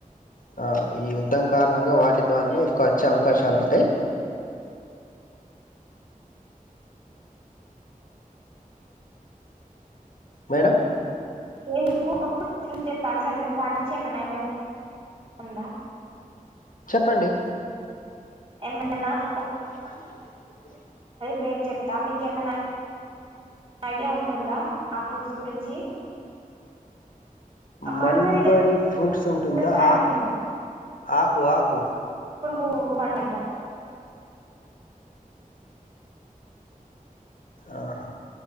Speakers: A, on the left; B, on the right.
A: ఆ ఈ యుద్ధం కారణంగా వాటి ద్వారానే ఎక్కువ వచ్చే అవకాశాలు ఉంటాయి మేడం
B: ఏ మీకు ఒకప్పు త్రిం చెప్పాలి సార్ మీరు బా నుంచి ఏమైనా ఐ ఉందా
A: చెప్పండి
B: ఏమైనా ఓ
A: మళ్ళీ రోజు ఈమకేనా
B: పేరు చెప్తా మీకేమనా ఐడియా ఉంటుందా ఆ ఫ్రూట్స్ గురించి మలబరి
A: మల్బరీ
B: దే
A: ఫ్రూట్స్ ఉంటుందా
B: తెల్సండీ
A: ఆకు
B: మీకు
A: ఆకు ఆకు
B: ఓ ఊ అండంట
A: ఆహ